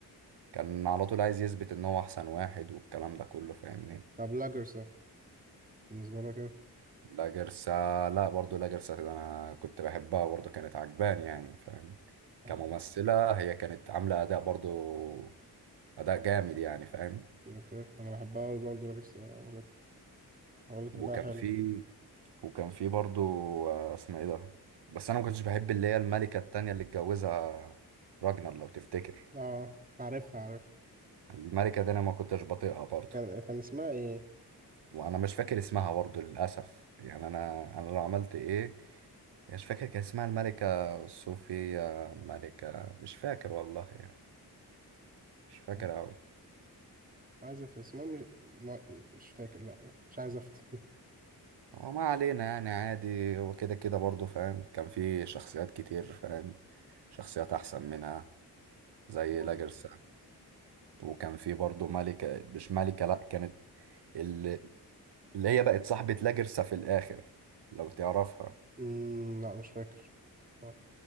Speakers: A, on the right; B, on the right.
A: كان على طول عايز يثبت ان هو احسن واحد والكلام ده كله فاهمني
B: طب لاجرسا بالنسبة لك ايه؟
A: لا جرسة لا برضو لا جرسة ده انا كنت بحبها برضو كانت عجباني يعني فاهم
B: اه
A: كممثلة هي كانت عاملة اداء برضو اداء جامد يعني فاهم
B: اوكي انا بحبها اوي برضه لاجرسا عملت عملت
A: وكان
B: اداء حلو
A: في وكان في برضو آه، اسمها ايه ده بس انا ما كنتش بحب اللي هي الملكة التانية اللي اتجوزها راجنر لو تفتكر
B: اه عارفها عارفها
A: الملكة دي انا ما كنتش بطيقها برضو
B: كان كان اسمها ايه؟
A: وانا مش فاكر اسمها برضو للاسف يعني انا انا لو عملت ايه مش فاكر كان اسمها الملكة صوفيا ملكة مش فاكر والله يعني مش فاكر
B: كان
A: أوي
B: عايز في اسمها مش ما... مش فاكر لا مش عايز افتي
A: هو ما علينا يعني عادي هو كده كده برضه فاهم كان في شخصيات كتير فاهم شخصيات أحسن منها زي
B: أوه.
A: لاجرسا وكان في برضه ملكة مش ملكة لأ كانت اللي, اللي هي بقت صاحبة لاجرسا في الآخر لو تعرفها
B: أمم، <laughs> لا مش فاكر اه